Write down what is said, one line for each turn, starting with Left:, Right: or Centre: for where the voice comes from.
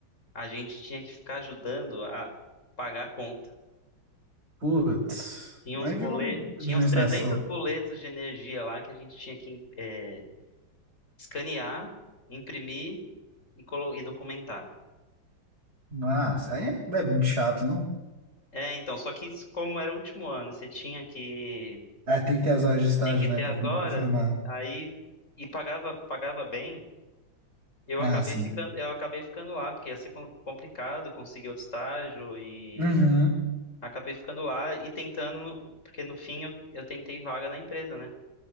Left: a gente tinha que ficar ajudando a pagar a conta.
Right: Putz.
Left: Tinha uns
Right: Aí
Left: boletos,
Right: virou
Left: tinha
Right: administração.
Left: uns 300 boletos de energia lá que a gente tinha que eh, escanear, imprimir e, colo- e documentar.
Right: Ah, isso aí é muito chato, não?
Left: É, então, só que isso, como era o último ano, você tinha que
Right: Ah, tem que ter as horas de estágio,
Left: tem que
Right: né?
Left: ter
Right: Pra,
Left: as horas,
Right: pra formar.
Left: aí e pagava pagava bem. Eu
Right: Ah,
Left: acabei
Right: sim.
Left: ficando, eu acabei ficando lá porque ia ser com- complicado conseguir outro estágio e
Right: Uhum.
Left: acabei ficando lá e tentando, no- porque no fim eu, eu tentei vaga na empresa, né?